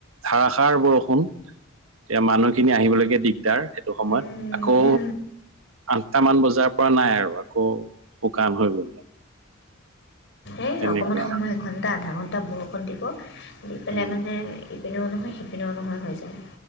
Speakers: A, on the right; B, on the left.
A: ধাৰা সাৰ বৰষুণ এতিয়া মানুহখিনি আহিবলৈকে দিগদাৰ সেইটো সময়ত
B: উম
A: আকৌ
B: উম উম
A: আঠটামান বজাৰ পৰা নাই আৰু শুকান হৈ গ'ল
B: এই
A: তেনেকুৱা
B: অকণমান সময় এঘণ্টা আধা ঘণ্টা বৰষুণ দিব দি পেলাই
A: উম
B: মানে ইপিনেও নহয় সিপিনে নহয় হৈ যায়